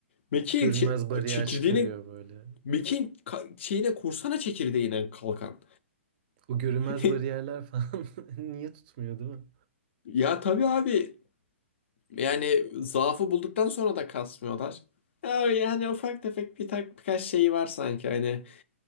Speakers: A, on the left; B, on the right.
A: mekiğin
B: Görünmez
A: çe-
B: bariyer
A: çekirdeğini
B: çıkarıyor böyle.
A: mekiğin ka- şeyine kursana çekirdeğine kalkan.
B: O görünmez
A: <laughs>
B: bariyerler falan <laughs> niye tutmuyor değil mi?
A: Ya tabii abi yani zaafı bulduktan sonra da kasmıyorlar. Ya yani ufak tefek bir tak birkaç şeyi var sanki hani